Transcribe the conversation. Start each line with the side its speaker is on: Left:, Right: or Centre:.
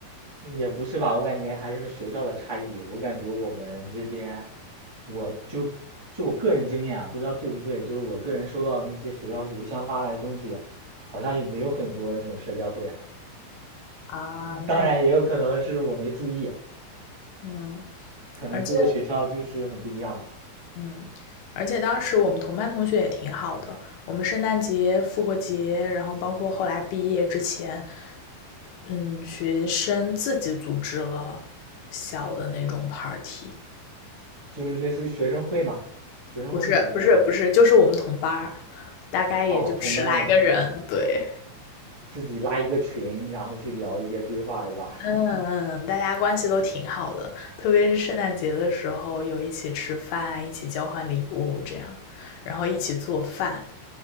Right: 也不是吧，我感觉还是学校的差异。我感觉我们这边，我就就我个人经验啊，不知道对不对，就是我个人收到的那些学校邮箱发来的东西，好像也没有很多那种社交会啊。
Left: 啊，
Right: 当然，
Left: 那也
Right: 也有可能是我没注意啊，
Left: 嗯，
Right: 可能各个学校就是很不一样吧，
Left: 而且。嗯，而且当时我们同班同学也挺好的，我们圣诞节、复活节，然后包括后来毕业之前，嗯，学生自己组织了小的那种 party，
Right: 就是类似于学生会嘛，学生会组织的嘛。
Left: 不是不是不是，就是我们同班儿大概也就十来个人，
Right: 哦，同班人
Left: 对，
Right: 自己拉一个群，然后去聊一些规划是吧？
Left: 嗯嗯，嗯大家关系都挺好的，特别是圣诞节的时候，有一起吃饭，一起交换礼物这样，然后一起做饭，